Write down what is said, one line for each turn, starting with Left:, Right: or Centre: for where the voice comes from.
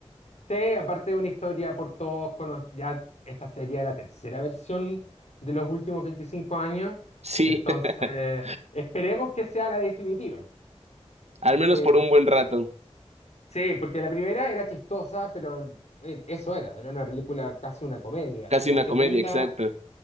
Left: Sí, aparte de una historia por todos conocida, ya esta sería la tercera versión de los últimos 25 años,
Right: Sí,
Left: entonces
Right: <laughs>
Left: esperemos que sea la definitiva,
Right: al
Left: porque
Right: menos por un buen rato.
Left: sí, porque la primera era chistosa, pero eh, eso era, era una película casi una comedia.
Right: Casi
Left: La
Right: una
Left: segunda,
Right: comedia, exacto.